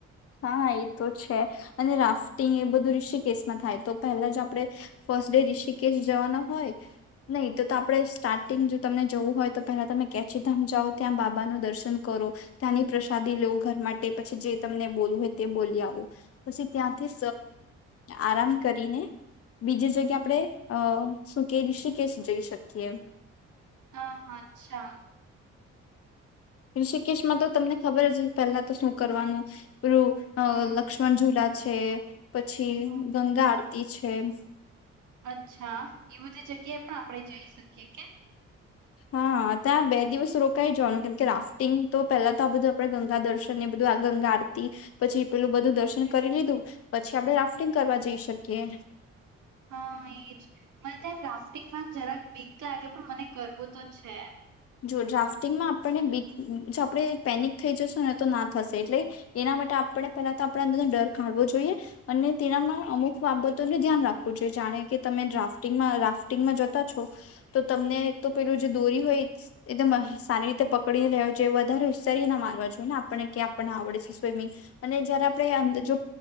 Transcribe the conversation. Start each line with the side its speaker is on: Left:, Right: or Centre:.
Left: હા એ તો છે અને રાફ્ટિંગ એ બધું ઋષિકેશમાં થાય તો પહેલા જ આપડણે ફર્સ્ટ ડે ઋષિકેશ જવાના હોય. નહીં તો આપડે સ્ટાર્ટ જો તમને જવું હોય તો પેલા તમે કેચીધામ જાઓ ત્યાં બાબા ન દર્શન કરો ત્યાંની પ્રસાદી લવ ઘર માટે પછી જે તમને બોલું હોય તે બોલી આવું પછી ત્યાંથી આરામ કરીને બીજી જગ્યા આપણે શું કે રિશી કેશ જઈ શકીએ.
Right: હા હા અચ્છા.
Left: ઋષિકેશમાં તો તમને ખબર છે પેલા તો શું કરવાનું. પેલું
Right: હમ
Left: લક્ષ્મણ ઝુલા. છે. પછી
Right: હમ.
Left: ગંગા આરતી છે. થેમસ
Right: અચ્છા એ બધી જગ્યાએ પણ આપણે જઈ શકીએ કે
Left: હા ત્યાં બે દિવસ રોકાઈ જવાનું કેમ કે રાફ્ટિંગ તો પેલા તો આ બધું આપણે ગંગા દર્શન એ બધું આ ગંગા આરતી પછી પેલું બધું દર્શન કરી લીધું પછી આપડણે રાફ્ટિંગ કરવા જઈ શકીએ.
Right: હા એજ મને તોમ રાફ્ટિંગમાં જરાક બીક લાગે પણ મને કરવું તો છે.
Left: જો ડ્રાફ્ટિંગમાં આપણને બી આપણે પેનિક થઈ જશુ ને તો ના થશે એટલે એના માટે આપને પહેલા તો આપણા અંદરનો ડર કાઢવો જોઈએ અને તેનામાં અમુક બાબતોને ધ્યાન રાખવું જોઈએ જાણે કે તમે ડ્રાફ્ટિંગમાં રાફ્ટિંગમાં જતા છો તો તમને તો પેલું જે દોરી હોય એકદમ સારી રીતે પકડી રહ્યો જોઈએ વધારે ઉસારી ના મારવા જોઈએ ને આપણને કે આપણને આવડે છે સ્વમિંગ અને જયારે આપણે અંદ જો